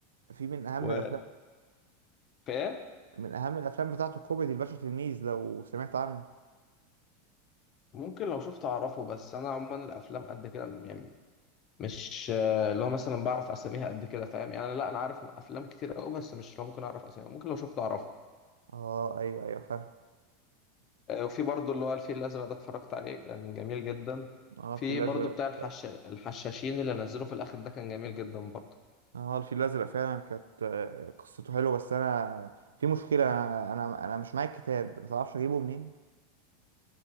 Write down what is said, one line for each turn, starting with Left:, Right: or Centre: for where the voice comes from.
Right: في من اهم
Left: و...
Right: الافلام
Left: فايه
Right: من اهم الافلام بتاعته الكوميدي الباشا تلميذ لو سمعت عنه
Left: ممكن لو شفت اعرفه بس انا عموما الافلام قد كده يعني مش آه، اللي هو مثلا بعرف اساميها قد كده فاهم يعني لا انا عارف افلام كتير قوي بس مش اللي هو ممكن اعرف اساميها ممكن لو شفت اعرفها
Right: اه ايوه ايوه فاهم
Left: آه، وفي برضو اللي هو الفيل الازرق ده اتفرجت عليه كان جميل جدا
Right: اه الفيل
Left: في
Right: الازرق
Left: برضو بتاع الحش... الحشاشين اللي نزلوه في الاخر ده كان جميل جدا برضو
Right: اه الفيل الازرق فعلا كانت آه، قصته حلوه بس انا في مشكله انا انا مش معايا الكتاب ما تعرفش اجيبه منين